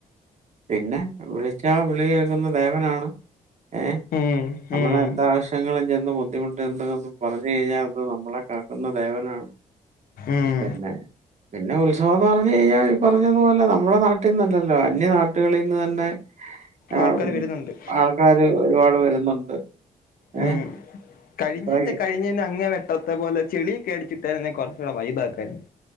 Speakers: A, on the right; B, on the left.
A: പിന്നെ വിളിച്ചാ വിളി കേൾക്കുന്ന ദേവനാണ് ഏഹ്
B: ഉം
A: നമ്മള
B: ഉം
A: എന്ത ആാവശ്യങ്ങളും ഇന്ന് ബുദ്ധിമുട്ട് എന്തന്ന് പറഞ്ഞു കഴിഞ്ഞാൽ അത് നമ്മളെ കാക്കുന്ന ദേവനാണ്
B: ഉം
A: പിന്നെ പിന്നെ ഉത്സവംന്ന് പറഞ്ഞു കഴിഞ്ഞാൽ ഈ പറഞ്ഞതുപോലെ നമ്മുടെ നാട്ടിന്നല്ലല്ലോ അന്യ നാട്ടുകളിൽ നിന്നന്നെ ആഹ്
B: ആൾക്കാര് വരുന്നുണ്ട്
A: ആൾക്കാര് ഒരുപാട് വരുന്നുണ്ട്
B: ഉം
A: ഏഹ്
B: കഴിഞ്ഞേന്റെ
A: അത്രയൊക്കെ.
B: കഴിഞ്ഞേ അങ്ങന തത്തെ പോലെ ചെളി അടിച്ചിട്ടായിരുന്ന കുറച്ചൂടെ വൈപാക്കായിരുന്നു